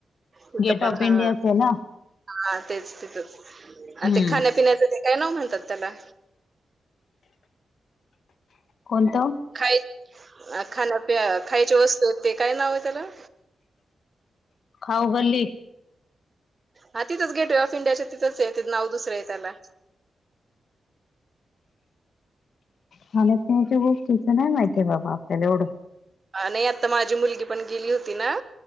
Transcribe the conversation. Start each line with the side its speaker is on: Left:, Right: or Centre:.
Right: तिथं
Left: गेट
Right: पण
Left: ऑफ
Right: हा,
Left: इंडियाच आहे ना
Right: हा तेच तिथंच. आणि
Left: हम्म
Right: ते खाण्यापिण्याच ते काय नाव म्हणतात त्याला?
Left: कोणतं?
Right: खाय खाण्यापि खायच्या वस्तू आहेत ते काय नाव आहे त्याला?
Left: खाऊ गल्ली.
Right: हा तिथंच गेट वे ऑफ इंडिया तिथंच आहे ते नाव दुसरं आहे त्याला.
Left: खाण्यापिण्याच्या गोष्टीचं नाही माहितीे बाबा आपल्याला एवढं.
Right: नाही आता माझी मुलगी पण गेली होती ना